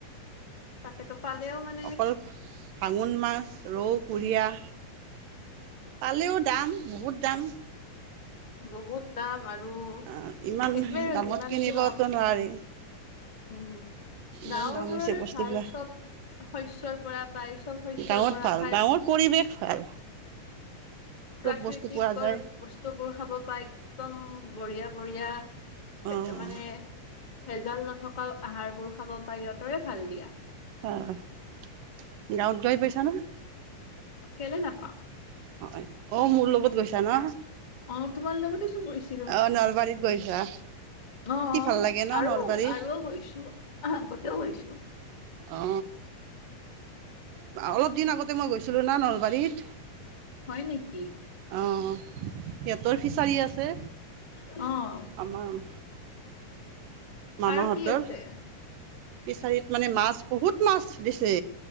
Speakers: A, on the left; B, on the right.
A: তাকেতো। পালেও মানে
B: অকল ভাগুন মাছ ৰৌ কুৰিয়া পালেও দাম বহুত দাম
A: বহুত দাম আৰু সেইটোৱে
B: অ' ইমান
A: আৰু
B: দামত
A: যিমান
B: কিনিবতো
A: দি হওঁক
B: নোৱাৰি
A: উম
B: ইমান
A: গাঁৱবোৰৰে
B: দাম হৈছে বস্তুবিলাক।
A: ভাল চব শস্যৰ পৰা পায় চব শস্যৰ
B: গাঁৱত
A: পৰা
B: ভাল
A: খাই
B: গাঁৱৰ পৰিৱেশ ভাল চব
A: প্ৰাকৃতিকৰ
B: বস্তু পোৱা যায়।
A: বস্তুবোৰ খাব পাই একদম বঢ়িয়া বঢ়িয়া
B: অ'
A: মানে ভেজাল নথকা আহাৰবোৰ খাব পাই সিহঁতৰে ভাল দি
B: অ গাঁৱত গৈ পাইছা না
A: কেলে নাপাম
B: হয় অ মোৰ লগত গৈছা না
A: অ তোমাৰ লগতে চোন গৈছ
B: অ নলবাৰীত গৈছা
A: অ'
B: কি ভাল লাগে ন
A: আৰু
B: নলবাৰী
A: আৰু গৈছো আগতেও গৈছো।
B: অ অলপ দিন আগতে মই গৈছিলো না নলবাৰীত
A: হয় নেকি
B: অ সিহঁতৰ ফিচাৰী আছে
A: অ
B: আমাৰ মামাহঁতৰ
A: আৰু কি আছে?
B: ফিচাৰিত মানে মাছ বহুত মাছ দিছে